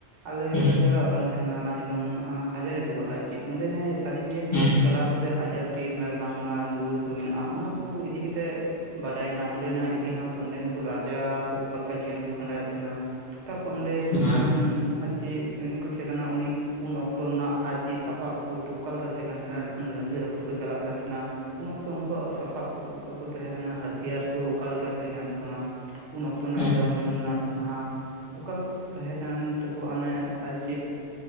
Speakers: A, on the right; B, on the left.
A: ᱟᱞᱮ
B: ᱦᱩᱸ
A: ᱜᱮᱞᱮ ᱪᱟᱞᱟᱣ ᱟᱠᱟᱱ ᱛᱟᱦᱮᱱᱟ ᱡᱮᱢᱚᱱ ᱦᱟ-ᱦᱟᱡᱟᱨᱤ ᱫᱩᱣᱟ-ᱜ ᱟᱨ ᱪᱮᱫ ᱚᱸᱰᱮ ᱱᱮᱥ ᱥᱟᱹᱨᱤᱜᱮ
B: ᱦᱩᱸ
A: ᱪᱟᱞᱟᱣ ᱠᱟᱛᱮᱜ ᱦᱟᱡᱟᱨᱴᱤ ᱢᱟᱱᱮ ᱵᱟᱝᱢᱟ ᱫᱩᱣᱟᱹᱨ ᱠᱚ ᱢᱮᱱᱟᱜᱼᱟ ᱚᱱᱟ ᱠᱚ ᱤᱫᱤᱛᱮᱫ ᱵᱟᱰᱟᱭᱱᱟ ᱚᱸᱰᱮᱱᱟᱜ ᱤᱛᱤᱦᱟᱥ, ᱚᱸᱰᱮᱱᱠᱩ ᱨᱟᱡᱟ ᱠᱚ ᱚᱠᱟ ᱞᱮᱠᱟ ᱡᱤᱭᱚᱱ ᱠᱚ ᱠᱷᱟᱸᱰᱟᱣᱮᱫ ᱛᱟᱦᱮᱱᱟ, ᱛᱟᱯᱚᱨ ᱚᱸᱰᱮ ᱛᱤᱱᱟᱹᱜ
B: ᱦᱩᱸ ᱦᱩᱸ
A: ᱜᱟᱱ ᱟᱨ ᱪᱮᱫ ᱥᱚᱭᱱᱤᱠ ᱠᱚ ᱛᱟᱦᱮᱸ ᱠᱟᱱᱟ ᱩᱱᱤ ᱩᱱ ᱚᱠᱛᱚ ᱨᱮᱱᱟᱜ ᱟᱨ ᱪᱮᱫ ᱥᱟᱯᱟᱵ ᱠᱚ ᱛᱚ ᱚᱠᱟᱞᱮᱠᱟ ᱛᱟᱦᱮᱸ ᱠᱟᱱ ᱛᱟᱦᱮᱱᱟ ᱡᱚᱠᱷᱚᱱ ᱞᱟᱹᱲᱦᱟᱹᱭ ᱚᱠᱛᱚ ᱠᱚ ᱪᱟᱞᱟᱼᱜ ᱠᱟᱱ ᱛᱟᱦᱮᱱᱟ ᱩᱱ ᱚᱠᱛᱚ ᱩᱱᱠᱩᱣᱟᱜ ᱥᱟᱯᱟᱵ ᱠᱚ ᱚᱠᱟ ᱠᱚ ᱛᱟᱦᱮᱸ ᱠᱟᱱᱟ, ᱦᱟᱹᱛᱤᱭᱟᱨ ᱠᱚ ᱚᱠᱟᱞᱮᱠᱟ ᱛᱟᱦᱮᱸ ᱠᱟᱱ ᱛᱟᱠᱚᱳᱱᱟ ᱩᱱ ᱚᱠᱛᱚ
B: ᱦᱩᱸ
A: ᱡᱚᱢ ᱧᱩ ᱨᱮᱱᱟᱜ ᱡᱟᱦᱟᱸ ᱚᱠᱟ ᱞᱮᱠᱟ ᱠᱚ ᱛᱟᱦᱮᱸ ᱠᱟᱱ ᱛᱟᱠᱚᱣᱟ ᱚᱱᱮ ᱟᱨ ᱪᱮᱫ᱾